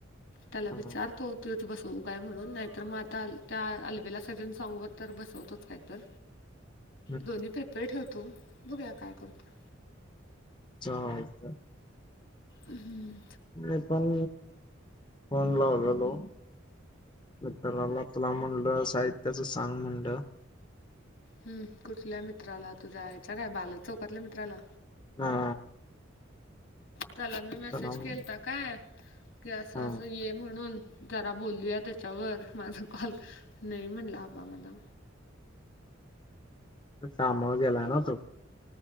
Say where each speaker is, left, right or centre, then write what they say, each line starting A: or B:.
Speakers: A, on the left (about 70°); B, on the left (about 25°).
A: त्याला
B: हा
A: विचारतो तू इथ बसवू काय म्हणून नाहीतर मग आता त्या अल्बेला संजन सॉंग तर बसवतोच काय तर.
B: <inaudible>
A: दोन्ही प्रेपेर ठेवतो बघुया काय करतो?
B: चालतंय
A: हम्म.
B: मी पण फोन लावलेलो. विठालाला तुला म्हणलं साहित्याच सांग म्हणलं.
A: हम् कुठल्या मित्राला तुझ्या याच्या काय बालाजी चौकातल्या मित्राला.
B: हा.
A: त्याला मी मेसेज
B: त्याला मग-
A: केलता काय की, असं
B: हा
A: असं ये म्हणून जरा बोलूया त्याच्यावर माझा कॉल नाही म्हणला आबा मला.
B: कामावर गेलाय ना तो